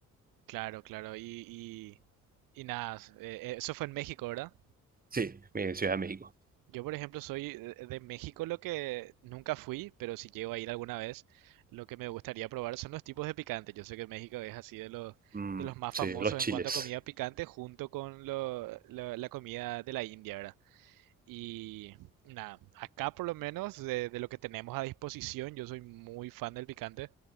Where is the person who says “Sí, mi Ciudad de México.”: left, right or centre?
Right